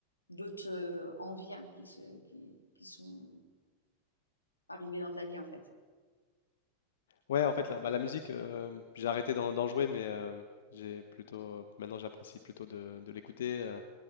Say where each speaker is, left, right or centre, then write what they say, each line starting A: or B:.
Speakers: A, on the left; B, on the left.
A: d'autres euh, envies hein, qui, se, qui, qui sont arrivées dans ta vie en fait.
B: Ouais, en fait, la, bah, la musique, euh, j'ai arrêté d'en d'en jouer, mais euh, j'ai plutôt, maintenant, j'apprécie plutôt de, de l'écouter, euh,